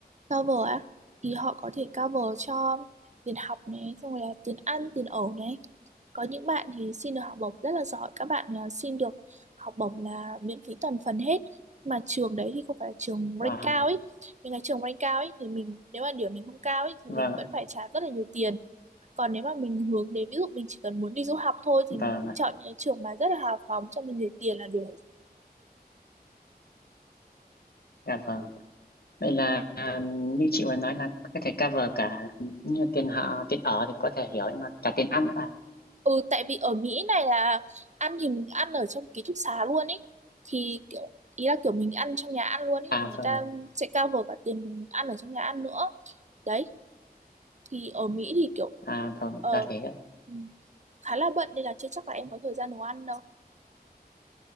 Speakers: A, on the right; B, on the left.
A: cover á thì họ có thể cover cho tiền học này xong rồi là tiền ăn tiền ở này có những bạn thì xin được học bổng rất là giỏi các bạn à, xin được học bổng là miễn phí toàn phần hết mà trường đấy thì không phải là trường
B: vâng
A: rank cao ấy Những cái trường rank cao ấy thì mình nếu mà điểm mình không cao ấy thì
B: vâng
A: mình
B: ạ,
A: vẫn phải trả rất là nhiều tiền còn nếu mà mình hướng đến ví dụ mình chỉ cần muốn đi du học thôi
B: vâng
A: thì mình
B: ạ,
A: chọn những cái trường mà rất là hào phóng cho mình để tiền là được
B: dạ vâng Vậy là à, như chị vừa nói là có thể cover cả như tiền họ tiền ở thì có thể hiểu nhưng mà cả tiền ăn nữa à
A: Ừ tại vì ở Mỹ này là ăn thì mình ăn ở trong ký túc xá luôn ấy thì kiểu ý là kiểu mình ăn trong nhà ăn luôn ấy
B: à
A: thì người
B: vâng
A: ta sẽ cover cả tiền mình ăn ở trong nhà ăn nữa đấy thì ở Mỹ thì kiểu
B: à vâng
A: ờ,
B: là thế ạ.
A: ừ, khá là bận nên là chưa chắc là em có thời gian nấu ăn đâu